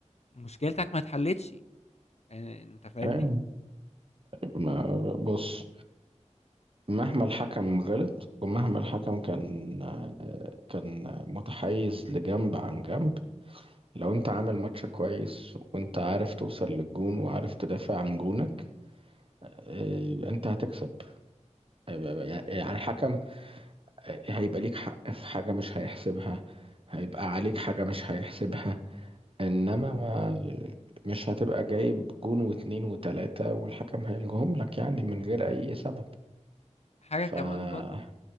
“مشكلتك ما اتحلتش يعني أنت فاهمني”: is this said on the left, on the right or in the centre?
Left